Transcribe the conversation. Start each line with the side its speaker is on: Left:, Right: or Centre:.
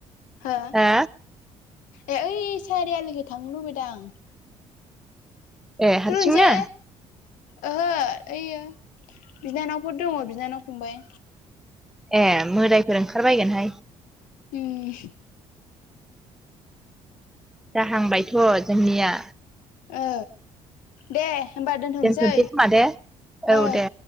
Left: हा
Centre: बुरजा
Left: ए ओइ सारियालिगै थांनो लुबैदां।
Centre: ए हारसिंनो
Left: थु थांसे ओहो ओइयो बिनानावफोर दङ बिनानाव फंबाय।
Centre: ए मोदायफोर ओंखारबायगोनहाय।
Left: उम।
Centre: जाहांबायथ' जोंनिया
Left: ओ दे होनोमबा दोनथ'सै
Centre: दोनथ'नोसै खोमा दे औ
Left: ओ।
Centre: दे